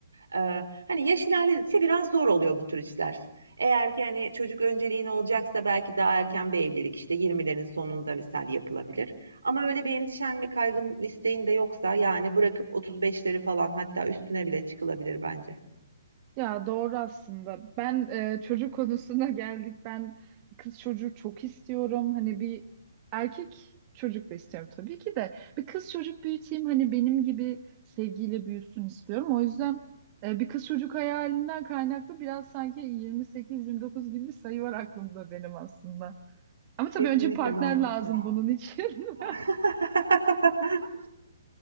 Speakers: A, on the right; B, on the right.
A: Eee, hani, yaş ilerledikçe biraz zor oluyor bu tür işler. Eğer ki, hani, çocuk önceliğin olacaksa belki daha erken bir evlilik, işte, 20'lerin sonunda misal yapılabilir. Ama öyle bir endişen ve kaygın, isteğin de yoksa, yani, bırakıp 35'leri falan hatta üstüne bile çıkılabilir bence.
B: Ya doğru aslında. Ben e, çocuk konusuna <laughs> geldik. Ben kız çocuğu çok istiyorum. Hani bir erkek çocuk da istiyorum tabii ki de. Bir kız çocuk büyüteyim. Hani benim gibi sevgiyle büyüsün istiyorum. O yüzden e, bir kız çocuk hayalinden kaynaklı biraz sanki 28-29 gibi bir sayı var aklımda benim aslında. Ama tabii
A: Kesinlikle
B: önce partner
A: mantıklı.
B: lazım bunun için. <laughs>
A: <laughs>